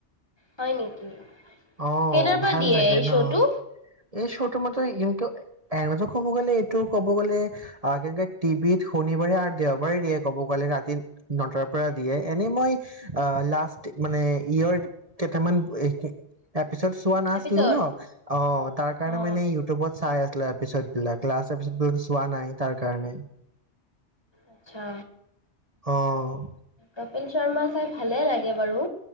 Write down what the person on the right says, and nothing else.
অ
',
ভাল
লাগে
ন। এই শ্ব'ৰ মতে কিন্তু এ ', নত কব গ'লে এইটো ক'ব গলে আহ কেনেে টিভিত শনিবাৰে আৰু দেওবাৰে দিয়ে কব গ'লে ৰাতি নটাৰ পৰা দিয়ে এনে মই আহ লাষ্ট মানে ইয়ৰ কেইটামান এহ', এ ', পিছত চোৱা নাছিলো
ন', অ', তাৰ কাৰণে
মানে ইউটিউবত চাই আছ এপিচড বিলাক লাষ্ট এপিচড চোৱা নাই তাৰ কাৰণে।
অঁ',